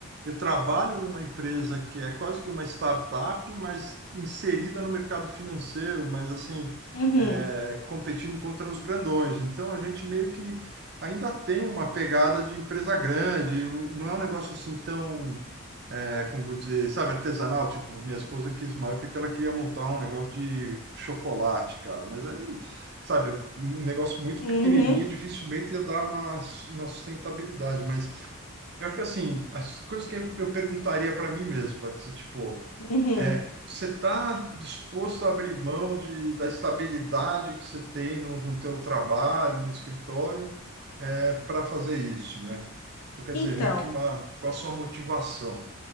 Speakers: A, on the right; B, on the left.
A: eu trabalho numa empresa que é quase que uma startup, mas inserida no mercado financeiro, mas assim,
B: uhum,
A: é, competindo contra os grandões. Então a gente meio que ainda tem uma pegada de empresa grande, um- não é um negócio assim tão é, como vou dizer, sabe, artesanal, tipo, minha esposa quis uma época que ela queria montar um negócio de chocolate, cara, mas aí, sabe, um negócio muito
B: uhum,
A: pequenininho, dificilmente ia dar uma, uma sustentabilidade, mas eu acho que, assim, as coisas que eu perguntaria para mim mesmo, para ser, tipo,
B: uhum.
A: é, você está disposto a abrir mão de, da estabilidade que você tem no, no teu trabalho, no escritório, é, para fazer isso, né? Então, quer
B: Então,
A: dizer, meio que uma, qual a sua motivação?